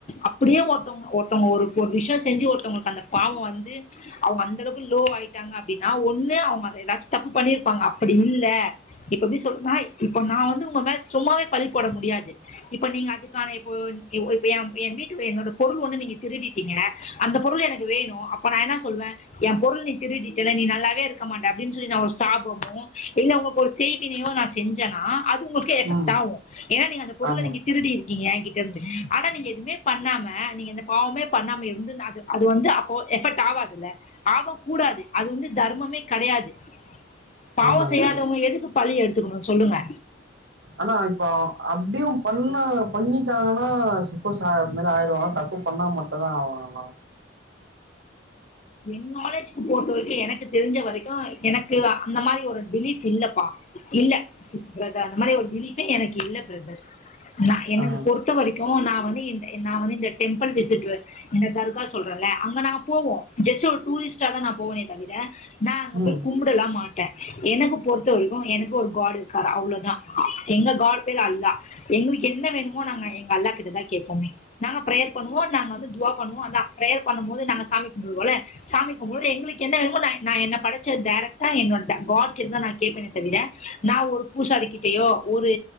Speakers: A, on the left; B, on the right.
A: அப்டியே ஒருத்தவங்க ஒருத்தவங்க ஒரு ஒரு விஷ செஞ்சு ஒருத்தவங்ளுக்கு அந்த பாவ வந்து அவுங்க அந்த அளவுக்கு லோ ஆயிட்டாங்க அப்டின்னா ஒன்னு அவுங்க ஏதாச்சு தப்பு பண்ணிருப்பாங் அப்படி இல்ல இப்ப எப்டி சொல்றதுன்னா இப்ப நா வந்து உங்க மேல சும்மாவே பழி போட முடியாது இப்ப நீங்க அதுக்கான இப்போ எ வீட்டு என்னோட பொருள் ஒன்னு நீங்க திருட்டீங்க அந்த பொருள் எனக்கு வேணு அப்ப நா என்ன சொல்லுவே எ பொருள் நீ திருடிட்டேல நீ நல்லாவே இருக்க மாட்ட அப்டினு சொல்லி நா ஒரு சாபமு இல்ல ஒங்க ஒரு செய்வினையு நா செஞ்சனா அது ஓகே
B: ம்
A: பாவோ ஏன்னா நீங்க அந்த பொருள
B: ஆமா
A: நீங்க திருடி இருக்கீங்க ஆனா நீங்க எதுவுமே பண்ணாம நீங்க இந்த பாவமே பண்ணாம அது வந்து அப்ப எஃபெக்ட் ஆவாதுல்ல ஆகக்க கூடாது அது வந்து தர்மமே கெடயாது பாவ
B: ஆமாங்க
A: செய்யாதவங்க எதுக்கு பழி எடுத்துக்கணு சொல்லுங்க
B: ஆனா இப்ப அப்டியு பண்ணா பண்ணிட்டாங்கன்னா சப்போஸ் அது மாதிரி ஆயிருவனா தப்பு பண்ணா மட்டுதா ஆவாங்கன்னா
A: எ நாலேஜ்க்கு பொறுத்த வரைக்கு எனக்கு தெரிஞ்ச வரைக்கு எனக்கு அந்த மாரி ஒரு பிலீஃப் இல்லப்பா இல்ல இல்ல பிரதர் அந்த மாதிரி ஒரு பிலீஃபே எனக்கு இல்ல பிரதர் நா எனக்கு
B: ஆ
A: பொறுத்த வரைக்கு நா வந்து இந்த நா வந்து இந்த டெம்பிள் விசிட் இந்த தர்கா சொல்றேன்ல அங்க நா போவோ ஜஸ்ட் ஒரு டூரிஸ்டா தா நா போவேனே தவிர நா அங்க
B: ம்
A: போய் கும்டலா மாட்டே எனக்கு பொறுத்த வரைக்கு எனக்கு ஒரு காட் இருக்காரு அவ்ளதா எங்க காட் பேர் அல்லா எங்களுக்கு என்ன வேணுமோ நாங்க எங்க அல்லா கிட்டதா கேப்போமே நாங்க பிரேயர் பண்ணுவோ நாங்க வந்து துவா பண்ணுவோ அதா ப்ரேயர் பண்ணும் போது நாங்க சாமி போல சாமி கும்பிடது எங்களுக்கு என்ன வேணுமோ நா நா என்ன படச்ச டைரக்டா என்னோட காட் கிட்டதா நா கேப்பேனே தவிர நா ஒரு பூசாரி கிட்டயோ ஒரு